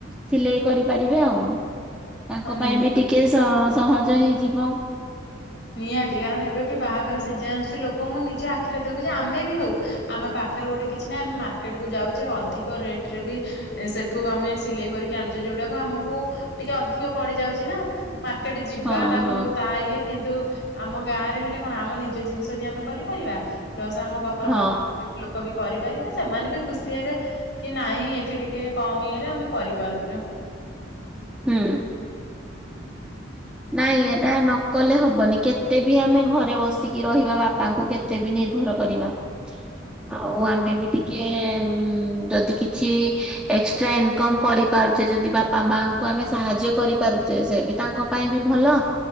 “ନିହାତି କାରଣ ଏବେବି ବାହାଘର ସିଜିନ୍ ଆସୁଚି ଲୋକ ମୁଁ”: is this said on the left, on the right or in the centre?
Left